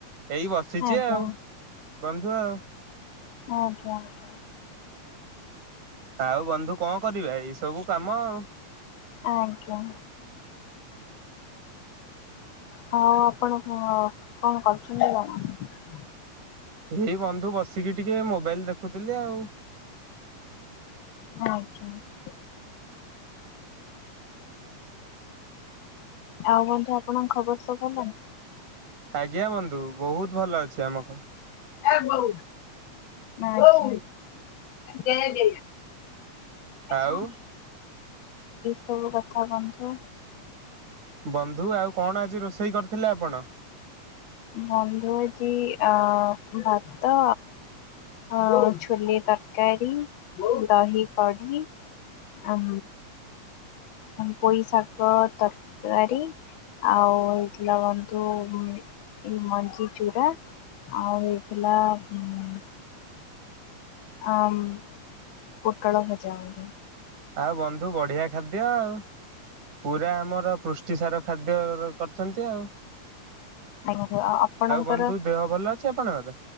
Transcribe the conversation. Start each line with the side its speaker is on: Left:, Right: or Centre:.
Right: ଏଇ ବସିଛି
Left: ଆଜ୍ଞା
Right: ଆଉ ବନ୍ଧୁ ଦ
Left: ଆଜ୍ଞା ଆଜ୍ଞା।
Right: ଆଉ ବନ୍ଧୁ କଣ କରିବା ଏ ସବୁ କାମ ଆଉ।
Left: ଆଜ୍ଞା। ହଁ ଆପଣ କଣ କଣ କରୁଛନ୍ତି କଣ।
Right: ଏଇ ବନ୍ଧୁ ବସିକି ଟିକେ ମୋବାଇଲ ଦେଖୁଥିଲି ଆଉ।
Left: ଆଜ୍ଞା ଆଜ୍ଞା। ଆଉ ବନ୍ଧୁ ଆପଣଙ୍କ ଖବର। ସବ
Right: ଆଜ୍ଞା ବନ୍ଧୁ ବହୁତ ଭଲ ଅଛି। ଆମ ହ
Left: ଏ ବୋଉ ହଉ ଜୟ ଜ <unintelligible>
Right: ଆଉ
Left: ଏ ଏଇ ସବୁ କଥା କୁହନ୍ତୁ।
Right: ବନ୍ଧୁ ଆଉ କଣ ଆଜି ରୋଷେଇ କରିଥିଲେ ଆପଣ?
Left: ବନ୍ଧୁ ଆଜି ଅ ଭାତ, ଆଉ ଛୁଲି ତରକାରୀ, ଦହି କଡି, ଆ ପୋଇ ଶାଗ ତରକାରୀ, ଆଉ ହେଇଥିଲା ବନ୍ଧୁ ଏ ମଞ୍ଜିଚୂୁରା ଆଉ ହେଇଥିଲା ଉ ଆମ ପୁଟଳ ଭଜାଉି
Right: ଆଉ ବନ୍ଧୁ ବନ୍ଧୁ ବଢ଼ିଆ ଖାଦ୍ୟ ଆଉ ପୁରା ଆମର ପୃଷ୍ଟିସାର ଖାଦ୍ୟ କରିଛନ୍ତି ଆଉ।
Left: ଆଜ୍ଞା ଆଉ ଆପଣଙ୍କର
Right: ବନ୍ଧୁ ଦେହ ଭଲ ଅଛି ଆପଣଙ୍କର?